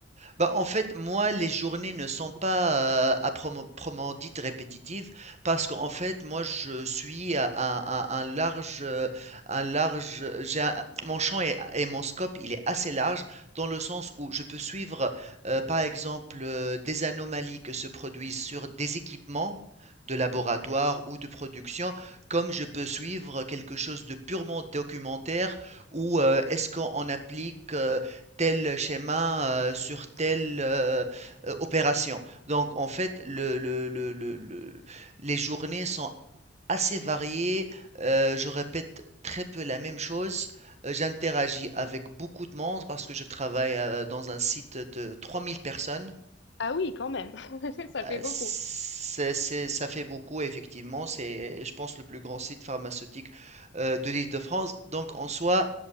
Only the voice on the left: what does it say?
Ah oui, quand même, <laughs> ça
fait beaucoup.